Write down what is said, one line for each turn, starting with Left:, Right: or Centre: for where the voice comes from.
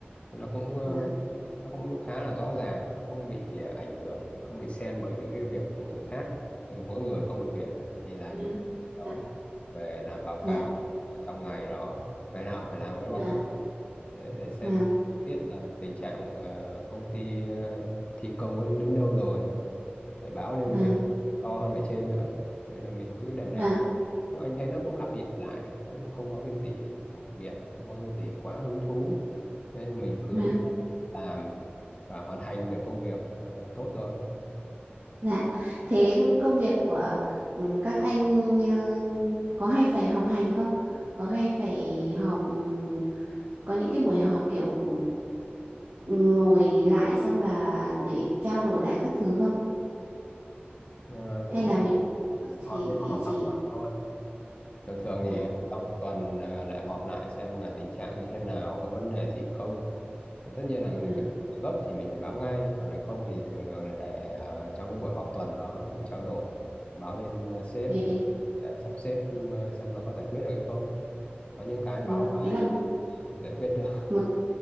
Left: thì nó cũng ờ,
Right: Vâng.
Left: nó cũng khá là rõ ràng nó không bị à, ảnh hưởng không bị xen bởi những cái việc của người khác Nhưng mỗi người có một việc thì làm
Right: Vâng.
Left: đúng đó
Right: Vâng.
Left: về làm báo
Right: Dạ.
Left: cáo ờ, trong ngày đó ngày nào cũng phải làm một cái báo
Right: Vâng.
Left: cáo để, để xem
Right: Vâng.
Left: biết là tình trạng ờ, công ty ờ, thi công các thứ đến đâu rồi để báo lên
Right: Vâng.
Left: mấy to hơn ở trên nữa nên là mình cứ đều đều
Right: Vâng.
Left: nhưng anh thấy nó cũng lặp đi lặp lại đấy nó cũng không có cái gì đặc biệt không có cái gì quá hứng thú nên mình cứ
Right: Vâng.
Left: làm và hoàn thành được công việc là tốt rồi
Right: Dạ, thế công việc của ừ, các anh ờ, có hay phải họp hành không? Có hay phải họp ừm, có những cái buổi họp kiểu ừ, ngồi lại xong là để trao đổi lại các thứ không?
Left: Ờ, cũng
Right: Hay
Left: họp
Right: là mình cứ
Left: cũng
Right: chỉ
Left: họp nhưng mà họp
Right: chỉ
Left: hàng tuần thôi thường thường thì
Right: dạ
Left: sau một tuần à, lại họp lại xem là tình trạng như thế nào có vấn đề gì không tất nhiên là Ừ.
Right: vâng.
Left: nếu cái gấp thì mình phải báo ngay còn nếu không thì thường thường là để ờ, trong cái buổi họp tuần đó mình trao đổi báo lên ờ, sếp
Right: Thế
Left: thì sẽ sắp xếp ừ, xem nó có giải quyết được hay không có những cái báo
Right: vâng,
Left: hoài
Right: nghĩa là
Left: thì không giải quyết được <laughs>
Right: một